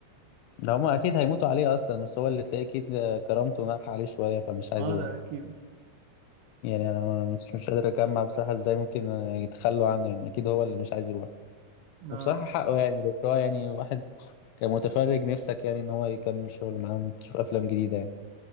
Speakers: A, on the left; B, on the right.
A: ده هما اكيد هيموتوا عليه اصلا بس هو اللي تلاقيه اكيد كرامته ناح عليه شويه فمش عايز
B: اه
A: يروح
B: ده اكيد
A: يعني انا مش مش قادر اجمع بصراحه ازاي ممكن يتخلوا عنه يعني اكيد هو اللي مش عايز يروح
B: <laughs> اه
A: وبصراحه حقه يعني بس هو يعني واحد كمتفرج نفسك يعني ان هو يكمل شغل معاهم تشوف افلام جديده يعني